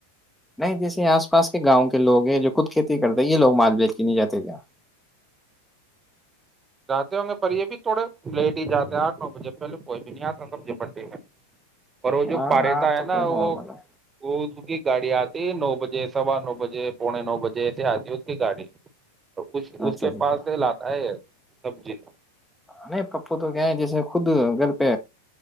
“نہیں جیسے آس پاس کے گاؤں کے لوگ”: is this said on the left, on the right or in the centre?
Centre